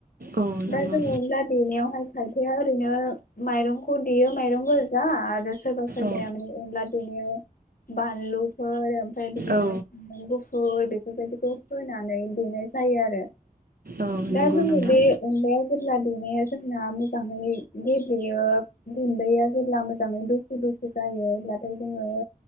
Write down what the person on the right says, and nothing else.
औ नंगौ
औ
औ
औ
नंगौ
नोंथां